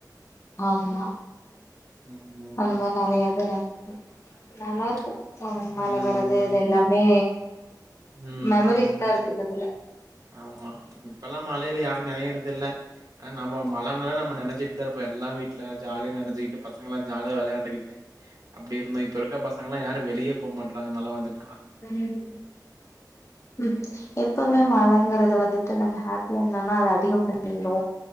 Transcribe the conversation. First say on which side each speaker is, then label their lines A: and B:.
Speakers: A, on the left (about 40°); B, on the right (about 50°).
A: ஆமா
B: ம்.
A: அந்த மாரி நெறைய
B: அ
A: இது நெ நல்லா
B: ஆமா.
A: இருக்கு
B: ம்.
A: மழ வரது இது எல்லாமே
B: ம்.
A: மெமரிஸ்தா
B: ம்.
A: இருக்கு கிட்டத்துல
B: ஆமா இப்பெல்லா மழைல யாரு நனையறதில்ல ஆனா நம்மோ மழனாலே நம்ம நனஞ்சிட் தாருப்போ எல்லா வீட்ல ஜாலியா நனஞ்சிகிட்டு பசங்கெல்லா ஜாலிய விளையாண்டுக்கிட்டு அப்டி இருந்தோ இப்ப இருக்க பசங் களா யாரு வெளியே போமாட்ராங்க மழ வந்துட்
A: <unintelligible> ம்ஹூ எப்பவுமே மழங்கற்து வந்துட்டு நம்ம ஹாப்பியா இருந்தோனா அது அதிகோ பண்ணிரு